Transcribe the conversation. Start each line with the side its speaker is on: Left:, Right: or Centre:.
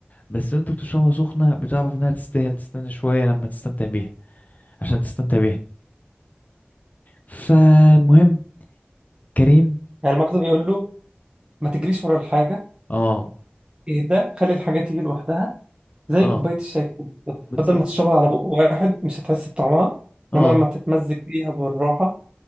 Left: بس وانت بتشربها سخنة بتعرف انها تستاهل تستنى شوية لما تستمتع بيها عشان تستمتع بيها فمهم كريم
Right: يعني المكتب بيقول له ما تجريش ورا الحاجة
Left: اه
Right: ايه ده خلي الحاجة تيجي لوحدها زي
Left: اه
Right: كوباية الشاي كده بالظبط.
Left: بالظبط
Right: بدل ما تشربها على بق واحد مش هتحس بطعمها
Left: اه
Right: انما لما تتمزج بيها بالراحة